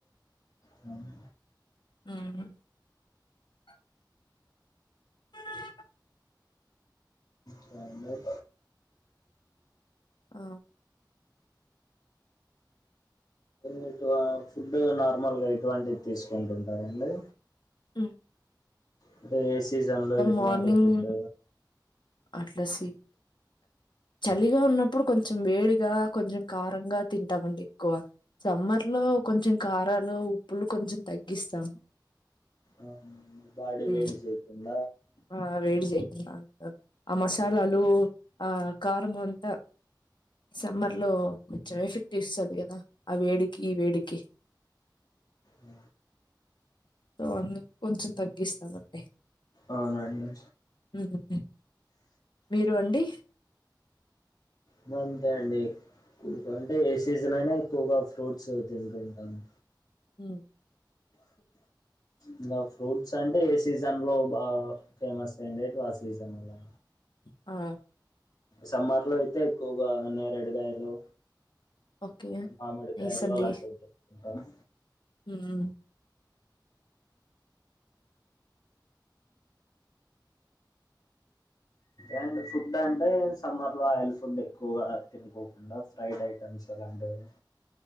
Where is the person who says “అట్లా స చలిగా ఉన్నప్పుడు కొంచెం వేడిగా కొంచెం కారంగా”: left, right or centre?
Left